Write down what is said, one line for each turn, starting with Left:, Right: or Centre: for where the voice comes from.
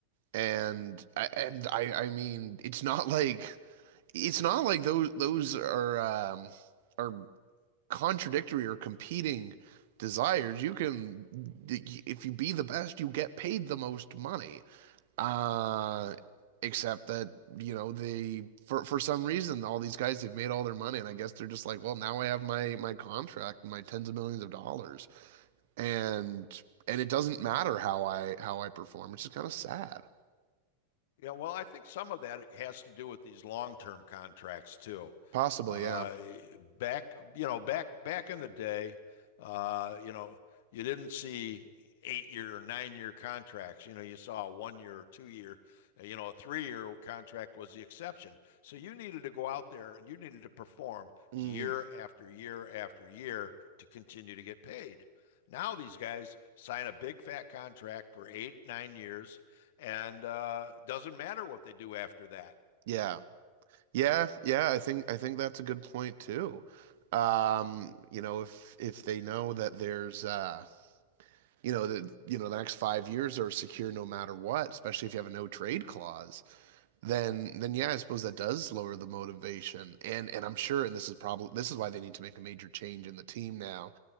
Right: And I and I I mean, it's not like it's not like those those are um are contradictory or competing desires. You can if you be the best, you get paid the most money. Uh, except that, you know, the for for some reason all these guys they've made all their money and I guess they're just like, well, now I have my my contract and my tens of millions of dollars. And and it doesn't matter how I how I perform, which is kind of sad.
Left: Yeah, well, I think some of that has to do with these long-term contracts too.
Right: Possibly,
Left: Uh,
Right: yeah.
Left: back, you know, back back in the day, uh, you know, you didn't see eight-year or nine-year contracts. You know, you saw a one-year or two-year, uh, you know, a three-year contract was the exception. So you needed to go out there and you needed to perform year
Right: Mm,
Left: after year after year to continue to get paid. Now these guys sign a big fat contract for eight, nine years, and uh, doesn't matter what they do after that.
Right: yeah. Yeah, yeah, I think I think that's a good point too. Um, you know, if if they know that there's uh you know that you know the next five years are secure no matter what, especially if you have a no trade clause then then yeah, I suppose that does lower the motivation. And and I'm sure, and this is probably this is why they need to make a major change in the team now.